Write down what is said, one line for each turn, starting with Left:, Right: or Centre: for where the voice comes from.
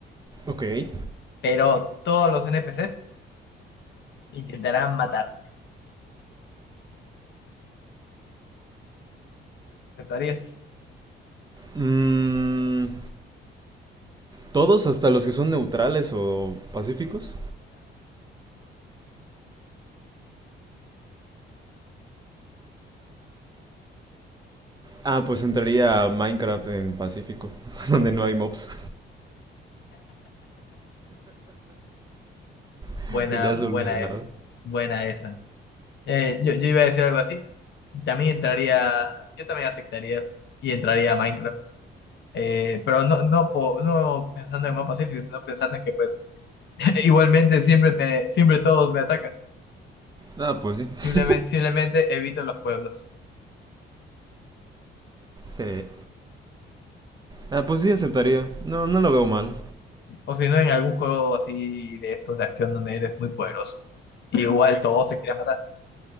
Right: Ok.
Left: pero todos los NPCs intentarán matarte. ¿Aceptarías?
Right: Mm, ¿Todos hasta los que son neutrales o pacíficos? Ah, pues entraría a Minecraft en Pacífico, <laughs> donde no hay mobs. <laughs>
Left: Buena,
Right: ya
Left: buena
Right: solucionado.
Left: e- esa. Eh, yo, yo iba a decir algo así. También entraría, yo también aceptaría y entraría a Minecraft. Eh, pero no, no, po- no pensando en el modo pacífico, sino pensando en que pues <laughs> igualmente siempre me, siempre todos me atacan.
Right: Ah, pues sí.
Left: Simplemente, simplemente en los pueblos.
Right: Sí. Ah, pues sí, aceptaría. No, no lo veo mal.
Left: O si no, en algún juego así de estos de acción donde eres muy poderoso. Igual todos te quieren matar.